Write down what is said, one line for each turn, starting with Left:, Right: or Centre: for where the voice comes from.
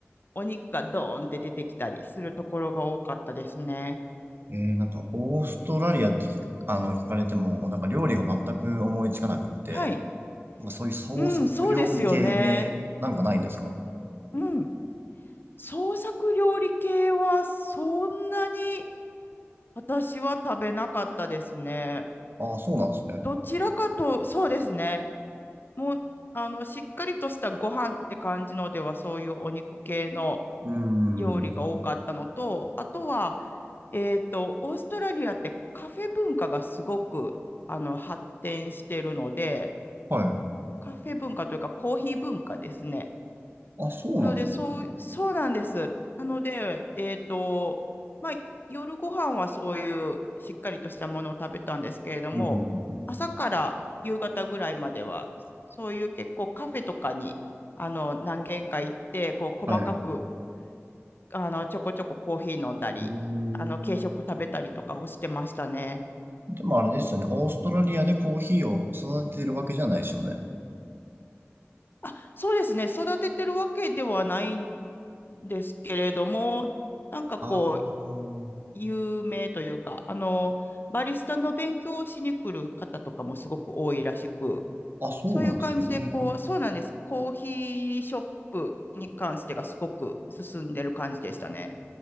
Left: お肉がドーンって出てきたりするところが多かったですね。
Right: えー、なんか、オーストラリアって聞くあの、聞かれても、なんか料理が全く思いつかなくって、
Left: はい。
Right: なんかそういう創作料理系で、
Left: うん、そうですよね。
Right: なんかないんですか
Left: うん。創作料理系はそんなに私は食べなかったですね。
Right: ああー、そうなんですね。
Left: どちらかと、そうですね。もう、あの、しっかりとしたご飯って感じのでは、そういうお肉系の
Right: うーん。
Left: 料理が多かったのと、あとは、えっと、オーストラリアってカフェ文化がすごく、あの、発展しているので、
Right: はい。
Left: カフェ文化というかコーヒー文化ですね。
Right: あ、そうなんです。
Left: なので、そう、そうなんです。なので、えっと、まあ、夜ご飯はそういうしっかりとしたものを食べたんですけれども、
Right: うんうんうん
Left: 朝から夕方ぐらいまでは、そういう結構カフェとかに、あの、何軒か行って、こう、細かく、
Right: うんはい。う
Left: あの、ちょこちょこコーヒー飲んだり、
Right: ーん。
Left: あの、軽食食べたりとかをしてましたね。
Right: でもあれですよね。オーストラリアでコーヒーを育ててるわけじゃないですよね。
Left: あ、そうですね。育ててるわけではないんですけれども、なんかこう、
Right: ああ。
Left: 有名というか、あの、バリスタの勉強をしに来る方とかもすごく多いらしく、
Right: あ、そうなんですね。
Left: そういう感じで、
Right: へ
Left: こう、そうなんです。コーヒーショップに関してがすごく進んでる感じでしたね。